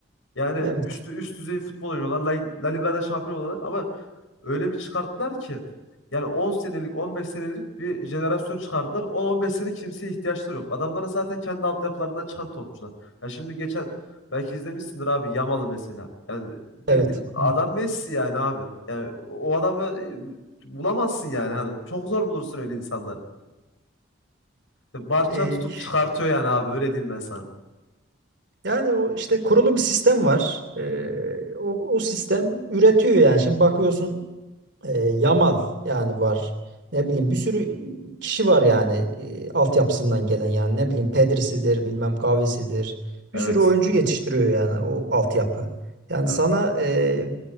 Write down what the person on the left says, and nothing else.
Yani
üstü üst düzey futbol oynuyorlar. La, La Liga'da şampiyon oluyorlar ama öyle bir çıkarttılar ki yani 10 senelik 15 senelik bir jenerasyon çıkardılar. 10-15 sene kimseye ihtiyaçları yok. Adamların zaten kendi altyapılarından çıkan topçular. Ya şimdi geçen belki izlemişsindir abi Yamal'ı mesela. Yani bildiğin
adam
Messi yani abi. Yani o o adamı e, bulamazsın yani hani çok zor bulursun öyle insanları. Barça
tutup çıkartıyor yani abi öyle diyeyim ben sana.
Evet.
Evet.